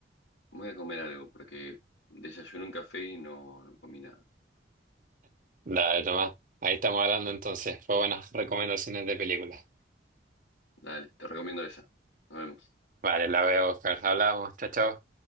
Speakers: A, on the left; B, on the right.
A: voy a comer algo porque desayuné un café y no, no comí nada.
B: Dale, Tomás. Ahí estamos hablando entonces. Fue buenas recomendaciones de películas.
A: Dale, te recomiendo esa. Nos vemos.
B: Vale, la voy a buscar. Hablamos. Chao, chao.